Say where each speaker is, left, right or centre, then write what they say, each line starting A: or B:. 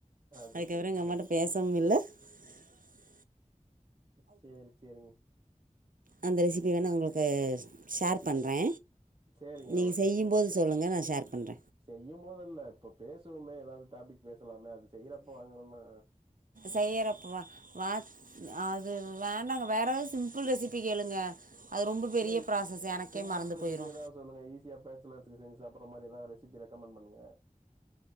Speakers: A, on the right; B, on the right.
A: அது
B: அதுக்கப்றோ
A: சேரி
B: எங்க அம்மாட்ட பே <unintelligible>
A: சேரி செரிங்
B: அந்த ரெசிபி வேண்ணா உங்ளுக்கு ஷேர் பண்றே
A: சேரிங்க
B: நீங்க
A: ஓகேங்க
B: செய்யும்போது
A: ஓகேங்க
B: சொல்லுங்க நா ஷேர் பண்ற
A: செய்யும் போதுல்ல இப்ப பேசுவமே எதாவது டாபிக் பேசலாமே அது செய்றப்ப வாங்கணமா
B: செய்யறப்பவா வாத் அது வேணாங்க வேற எதாவது சிம்பிள் ரெசிபி கேளுங்க அது ரொம்போ பெரிய
A: சரி
B: ப்ராசஸ் எனக்கே
A: சிம்பிள்
B: மறந்து
A: ரெசிபி
B: போயிரோ
A: ஏதாவது சொல்லுங்க ஈஸியா பேச்சலர்சுங்க செஞ்சி சாப்பற்றா மாதிரி எதாவுதுரெசிபி ரெக்கமெண்ட் பன்னுங்க